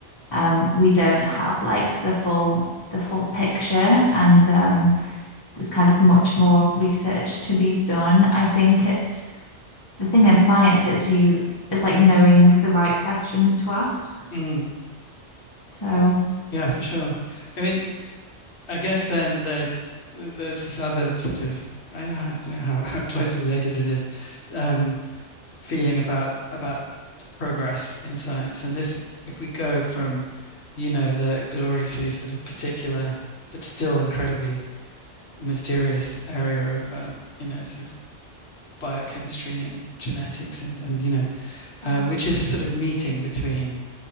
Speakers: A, on the left; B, on the left.
A: um, we don't have like the full the full picture and um, there's kind of much more research to be done i think it's the thing in science is you is like knowing the right questions to ask
B: Mm,
A: so
B: yeah, for sure. I mean, I guess then there's there's this other sort of I, I don't know how, how closely related it is um, feeling about about progress in science. And this, if we go from, you know, the gloriously sort of particular, but still incredibly mysterious area of, um, you know, sort of biochemistry and genetics and, and you know,
A: À,
B: um, which is a sort of meeting between